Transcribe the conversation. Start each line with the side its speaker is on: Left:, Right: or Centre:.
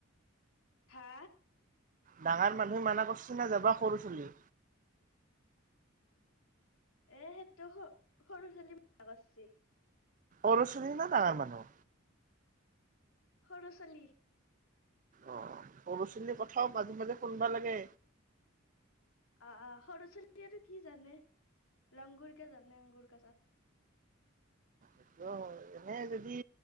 Left: হা
Right: ডাঙৰ মানুহে মানা কৰছে ন যাবা সৰু চুলি
Left: এ সেইটো স সৰু ছোৱালী মছি
Right: অৰচনী ন ডাঙৰ মানুহ
Left: সৰু ছোৱালি
Right: অঁ সৰু ছোৱালীৰ কথাও মাজে মাজে শুনবা লাগে
Left: আহ সৰুস্বতীটো কি জানে লংগুৰ কে জানে আংগুৰ কচাত।
Right: এইটো এনেই যদি